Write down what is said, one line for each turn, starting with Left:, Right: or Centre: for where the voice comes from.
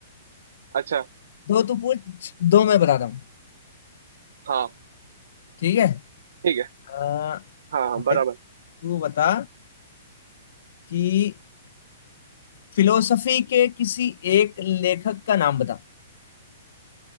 Right: अच्छा
Left: दो तू पूछ दो मैं बताता हूँ
Right: हाँ
Left: ठीक है
Right: ठीक है
Left: आ,
Right: हाँ हाँ,
Left: भाई
Right: बराबर
Left: तू बता कि फिलोसफी के किसी एक लेखक का नाम बता